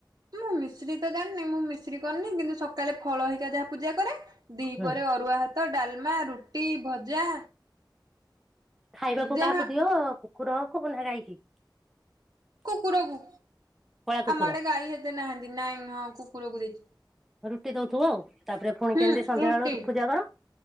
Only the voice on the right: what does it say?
ମୁଁ ମିଶ୍ରୀ ତ ଜାଣିନି ମୁଁ ମିଶ୍ରୀ କରିନି କିନ୍ତୁ ସକାଳେ ଫଳ ହେଇକା ଯାହା ପୂଜା କରେ। ଦ୍ଵିି
ପରେ ଅରୁଆ ଭାତ, ଡାଲମା, ରୁଟି, ଭଜା
ଯାହା
କୁକୁରକୁ
ଆମ ଆଡ଼େ ଗାଈ ହେତେ ନାହାନ୍ତି ନାଇଁ ହଁ କୁକୁରକୁ ଦେଇଛି
ହୁଁ
ରୁଟି